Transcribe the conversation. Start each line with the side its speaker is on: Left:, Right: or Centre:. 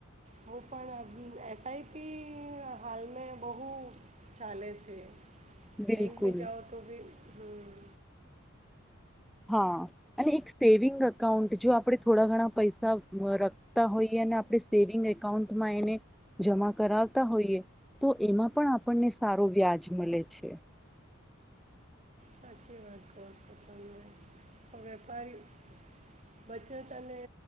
Right: હું પણ એસઆઈપી હાલમાં બહુ ચાલે છે.
Centre: બિલકુલ
Right: બેંક મે જાઓ તો ભી હમ.
Centre: હા અને એક સેવિંગ અકાઉંન્ટ જો આપણે થોડા ઘણા પૈસા રખતા હોઈએ અને આપણે સેવિંગ એકાઉન્ટમાં એને જમા કરાવતા હોઈએ તો એમાં પણ આપણને સારો વ્યાજ મળે છે.
Right: સાચી વાત કર છો તમે વેપારી બચત અને